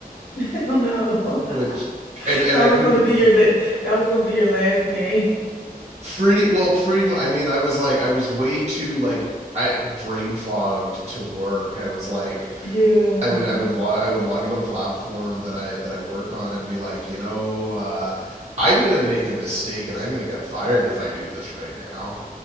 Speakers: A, on the left; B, on the right.
A: <laughs> Oh no. <laughs>
B: which and and
A: That
B: I couldn't
A: was gonna be your
B: like
A: that, that was gonna be your last game. <laughs>
B: pretty well pretty much. I mean, I was like I was way too like I brain fogged to work. I was like
A: Yeah.
B: I would I would log I would log into the platform that I that I work on and be like you know. Uh, I'm gonna make a mistake and I'm gonna get fired if I do this right now.